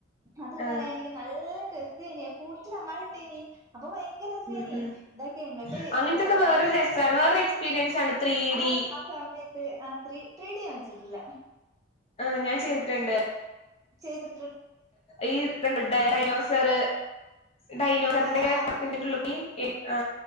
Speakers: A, on the right; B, on the left.
A: അത് ന്ന്
B: ആഹ്
A: പറയാണെങ്കിൽ നല്ല രസേനി കൂട്ടത്തിൽ അങ്ങള്ണ്ടേനി അപ്പൊ ഭയങ്കര രസേനി
B: ഉം ഉം
A: ഇതൊക്കെ ഇങ്ങട്ട്
B: അങ്ങനത്തൊക്കെ
A: ടോർച്ചർന്നക്കെ
B: വേറൊരു രസാണ്. വേറൊരു എക്സ്പീരിയൻസ് ആണ് ത്രീ
A: ആ
B: ഡി
A: സമയ ത്ത് ത്രീ ഡി ഞാൻ വെച്ചിട്ടില്ല
B: ആ ഞാൻ ചെയ്തിട്ടുണ്ട്
A: ചെയ്ത്
B: ഈ ഡൈനോസർ ഡൈനോസറിന്റെ
A: ആഹ്
B: <unintelligible>
A: ആഹ്
B: എൽ ആ